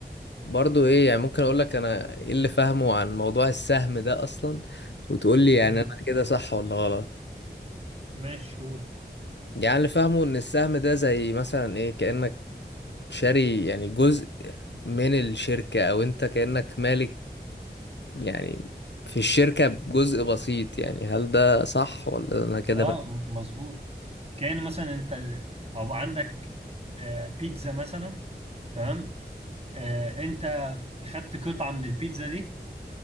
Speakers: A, on the left; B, on the right.
A: برضو ايه يعني ممكن اقول لك انا ايه اللي فاهمه عن موضوع السهم ده اصلا وتقول لي يعني
B: امم
A: انا كده صح ولا غلط
B: ماشي قول
A: يعني اللي فاهمه ان السهم ده زي مثلا ايه كأنك شاري يعني جزء من الشركة او انت كأنك مالك يعني في الشركة بجزء بسيط يعني هل ده صح ولا انا كده
B: اه
A: بقى
B: م- مظبوط كأن مثلا انت او عندك آه، بيتزا مثلا تمام آه، انت خدت قطعة من البيتزا دي